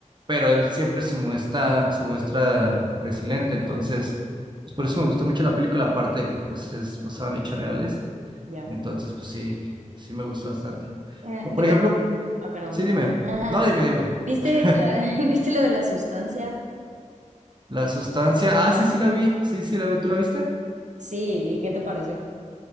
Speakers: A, on the right (about 35°); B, on the right (about 65°).
A: pero él siempre se muestra, se muestra resiliente, entonces... Pues por eso me gustó mucho la película, aparte de que pues es basada en hechos reales.
B: ya.
A: Entonces, pues sí, sí me gustó bastante.
B: Eh,
A: O
B: de
A: por ejemplo,
B: ca- Ah, perdón.
A: sí, dime.
B: <laughs>
A: No, dime, dime.
B: ¿Viste
A: <laughs>
B: la, <laughs> ¿viste la de la sustancia?
A: La sustancia. Ah, sí, sí la vi. Sí, sí la vi. ¿Tú la viste?
B: Sí, ¿y qué te pareció?